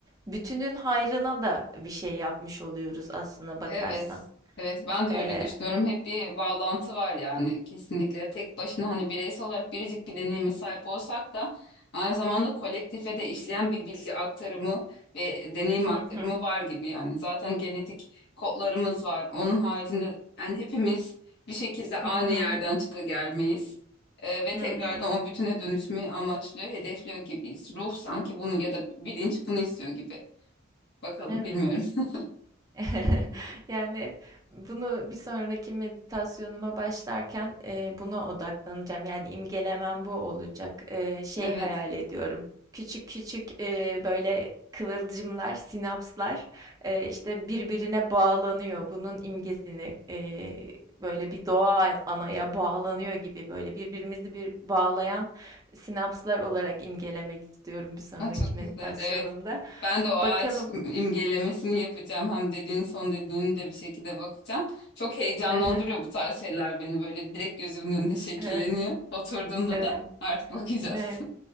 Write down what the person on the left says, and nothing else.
Evet. Evet ben de
öyle düşünüyorum. Hep bir bağlantı var yani kesinlikle. Tek başına hani bireysel olarak biricik bir deneyime sahip olsak da aynı zamanda kolektife de işleyen bir bilgi aktarımı ve deneyim
aktarımı
var gibi yani. Zaten genetik kodlarımız var. Onun haricinde yani hepimiz bir şekilde aynı
yerden çıka gelmeyiz. Ee, ve
tekrardan
o bütüne dönüşmeyi amaçlıyor, hedefliyor gibiyiz. Ruh sanki bunu ya da bilinç bunu istiyor gibi. Bakalım
bilmiyorum. <laughs>
Evet.
<laughs> Ay, çok
güzel. Evet. Ben de o ağaç
imgelemesini yapacağım. Hem dediğin son dediğini de bir şekilde bakacağım. Çok heyecanlandırıyor
bu tarz şeyler beni. Böyle direkt gözümün önünde şekilleniyor.
Oturduğumda
da artık bakacağız.